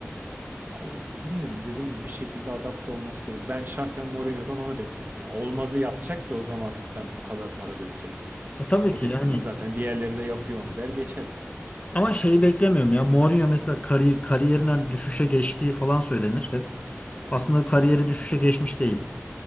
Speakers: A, on the right; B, on the left.
A: Ya bilmiyorum dediğim gibi bir şekilde adapte olması gerekiyor. Ben şahsen Mourinho'dan onu bekledim. Yani olmazı yapacak ki o zaman ben bu kadar para dökeceğim.
B: E, tabii
A: Öteki
B: ki yani.
A: türlü zaten diğerleri de yapıyor onu der geçerim.
B: Ama şeyi beklemiyorum ya. Mourinho mesela kari, kariyerin hani düşüşe geçtiği falan söylenir hep. Aslında kariyeri düşüşe geçmiş değil.